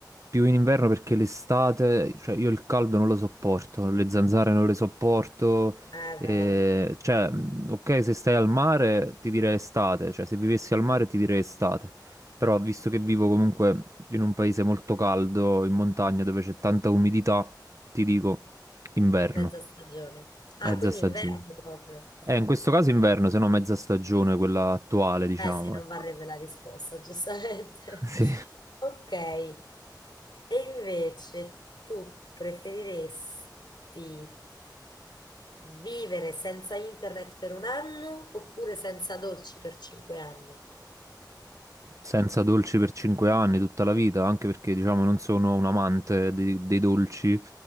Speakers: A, on the right; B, on the left.
A: più in inverno perché l'estate, cioè io il caldo non lo sopporto, le zanzare non le sopporto,
B: È
A: eh,
B: vero,
A: cioè mh, ok se stai al mare ti direi estate, cioè se vivessi al mare ti direi estate, però visto che vivo comunque in un paese molto caldo, in montagna dove c'è tanta umidità, ti dico inverno,
B: mezza stagione. Ah,
A: mezza
B: quindi
A: stagione.
B: inverno proprio.
A: Eh, in questo caso inverno, se no mezza stagione, quella attuale, diciamo,
B: Eh sì, non
A: ecco.
B: varrebbe la risposta, giustamente.
A: <laughs>
B: <laughs>
A: Sì.
B: Ok, e invece tu preferiresti vivere senza internet per un anno oppure senza dolci per cinque anni?
A: Senza dolci per cinque anni, tutta la vita, anche perché, diciamo, non sono un amante dei, dei dolci,